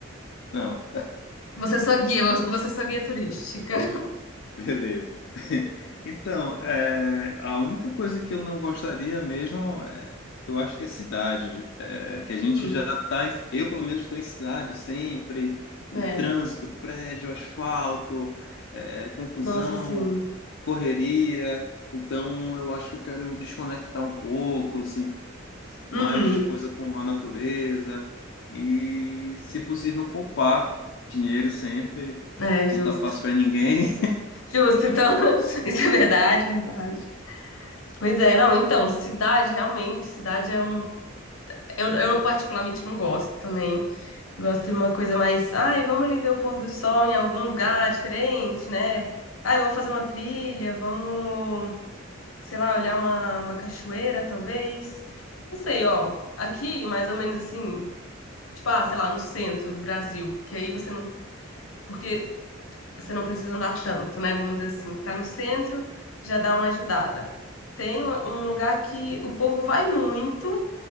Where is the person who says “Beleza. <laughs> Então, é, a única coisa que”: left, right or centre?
Left